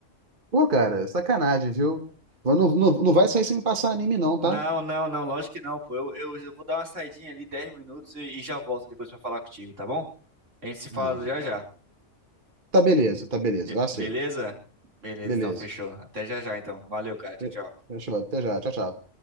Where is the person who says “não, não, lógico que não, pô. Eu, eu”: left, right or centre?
Right